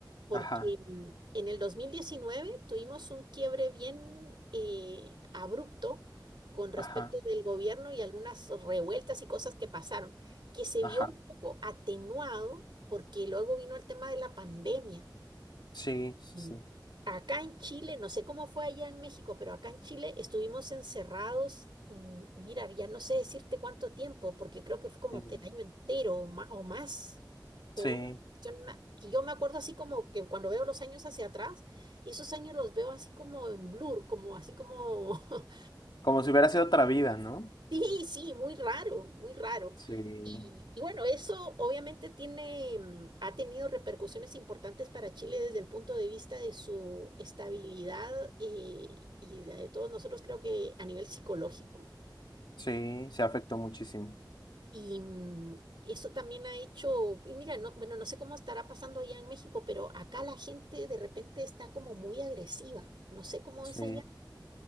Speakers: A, on the right (about 80°); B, on the left (about 70°).
A: porque
B: ajá,
A: mm, en el 2019 tuvimos un quiebre bien eh, abrupto con respecto
B: ajá,
A: del gobierno y algunas revueltas y cosas que pasaron, que se
B: ajá.
A: vio un poco atenuado porque luego vino el tema de la pandemia.
B: Sí, sí,
A: Mm, Acá en Chile, no sé cómo fue allá en México, pero acá en Chile estuvimos encerrados, mm, mira, ya no sé decirte cuánto tiempo, porque creo que fue como
B: sí.
A: el año entero o, ma- o más. Fue
B: Sí.
A: una cuestión a- que yo me acuerdo así como que cuando veo los años hacia atrás, y esos años los veo así como en blur, como así como <laughs>
B: Como si hubiera sido otra vida, ¿no?
A: Sí, sí, muy raro, muy raro.
B: Sí,
A: Y, y bueno, eso obviamente tiene, mm, ha tenido repercusiones importantes para Chile desde el punto de vista de su estabilidad eh, y de, de todos nosotros, creo que a nivel psicológico.
B: sí, se afectó muchísimo.
A: Y mm, eso también ha hecho, y mira, no, bueno, no sé cómo estará pasando allá en México, pero acá la gente de repente está como muy agresiva. No sé cómo
B: Sí.
A: es allá.